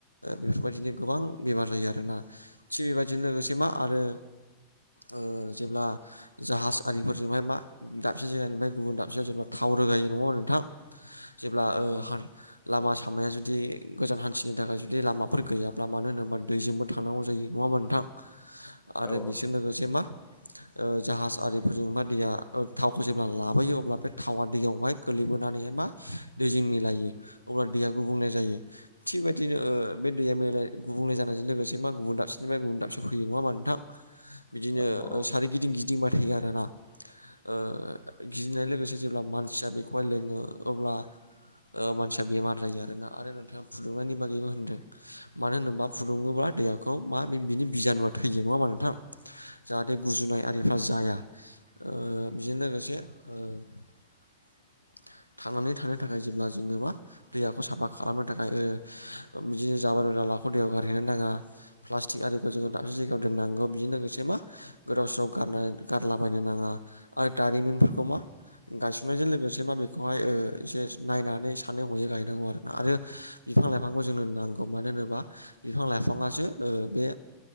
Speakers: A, on the left; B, on the left.
A: बेफोरबायदिनो गोबां बेमार जायो आ रोना थि बेबायदिनो लोगोसे मा आरो ओ जेब्ला जाहाज आरिफोरजोंहाय मा दाबसे जायगानिफ्राय गुबुन दाब सेयाव जेब्ला थाव रोगायो नङा होमबा नोंथां? जेब्ला ओ
B: औ
A: हा लामा सामाया जुदि गोजान हान्थिनो थाखाय जुदि लामाफोर गैयाब्ला मानो होनोबा दैजोंबो थांनांगौ जायो नङा होन्बा नोंथां आरो
B: औ
A: बेजों लोगोसे मा ओ जाहाज आरिफोरजों बा दैया ओ थावखौ जेब्ला लाबोयो अब्ला थावा दैयावहाय गोलैबोनानैहाय मा दैजों मिलायो अब्ला दैया गुबुंले जायो। थिग बेबायदिनो ओ बे दैया मेलाय गुबुंले जानायजों लोगोसे मा गुबुन दाबसेनिफ्राया गुबुन दाबसेयाव फैयो नङा मा नोंथां? बिदिनो
B: औ
A: सारिगिदिं गिदिंबाय थायो आरोना ओ गिदिंनाय लोगोसे जेब्ला मानसिया बेखौहाय लोङो अब्ला ओ मानसिया बेमार जायो आरोना आरो नोंथाङा फुदुंनायनि बागैबो होनदों मानो होनोब्ला फुदुङोब्ला दैयाखौ मा बे बिनि बिजानुआ थैयो नङा होनमा नोंथां? जाहाथे गुजुनाय आरिफ्रा जाया ओ बेजों लोगोसे ओ <inaudible> थांनानै थानो थाखाय जेब्ला जोङो मा दैयाखौ साफा खालामनो थाखाय बिदिनो जा <unintelligible> लाखौ दैयाव गारहैनो नाङा प्लास्टिक आरिखौ जोङो दाबसे जायगायाव दोननांगौ बेजों लोगोसे मा गो गोदाव सोराव गारना गारलाबायनो नाङा आरो दारिमिनफोरखौ मा गायसननायजों लोगोसे मा बेखौहाय एसे नायनानै सानै हयै गायनांगौ आरो--ना आरो बिफां बिफां लाइफांखौ जोंनो नांगौ मानो होनोबा बिफां लाइफाङासो ओ बे